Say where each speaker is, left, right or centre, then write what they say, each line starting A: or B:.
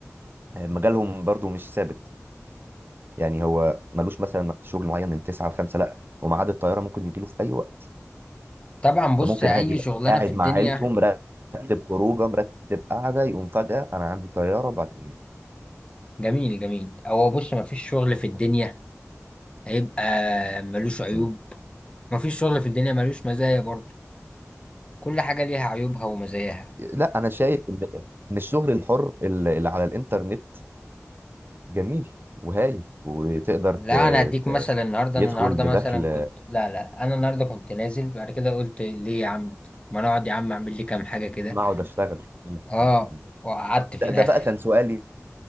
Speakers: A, on the right; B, on the left.
A: مجالهم برضو مش ثابت يعني هو ملوش مثلا شغل معين من 9 ل 5 لا وميعاد الطياره ممكن يجيله في اي وقت
B: طبعا بص
A: فممكن
B: اي
A: عادي يبقى
B: شغلانه
A: قاعد
B: في الدنيا
A: مع عيلته مرتب خروجه مرتب قعده يقوم فجاه انا عندي طياره بعد
B: جميل جميل هو بص مفيش شغل في الدنيا هيبقى ملوش عيوب
A: مم.
B: مفيش شغل في الدنيا ملوش مزايا برضه كل حاجه ليها عيوبها ومزاياها
A: لا انا شايف ان إن الشغل الحر اللي اللي على الانترنت جميل وهايل وتقدر
B: لا
A: ت...
B: انا اديك
A: ت...
B: مثلا النهارده
A: يدخل
B: انا النهارده
A: بدخل
B: مثلا كنت لا لا انا النهارده كنت نازل بعد كده قلت ليه يا عم ما نقعد يا عم اعمل لي كام حاجه كده
A: ما اقعد اشتغل م-
B: اه
A: م- م.
B: وقعدت في
A: ده
B: الاخر
A: ده بقى كان سؤالي